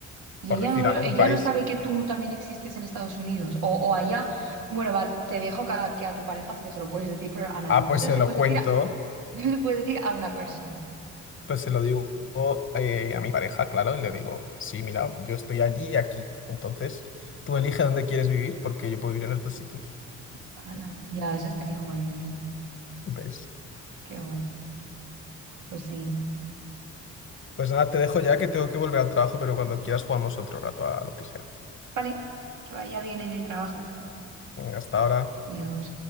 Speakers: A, on the right; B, on the left.
A: Y
B: por
A: ella
B: decir
A: no,
B: algún
A: ella
B: país.
A: no sabe que tú también existes en Estados Unidos. O, o allá, bueno, va, te dejo que a, que a tu pareja sí que se lo puedes decir, pero a nadie
B: Ah,
A: más.
B: pues
A: Solo
B: se
A: se
B: lo
A: puede
B: cuento,
A: decir a, <laughs> solo se puede decir a una persona.
B: pues se lo digo eh, a mi pareja, claro, y le digo, sí, mira, yo estoy allí y aquí, entonces tú elige dónde quieres vivir, porque yo puedo vivir en los dos sitios,
A: Ala, ya, eso estaría guay, en verdad.
B: ¿ves?
A: Qué guay. Pues sí.
B: Pues nada, te dejo ya que tengo que volver al trabajo, pero cuando quieras jugamos otro rato a lo que sea.
A: Vale, que vaya bien en el trabajo.
B: Venga, hasta ahora.
A: Adiós.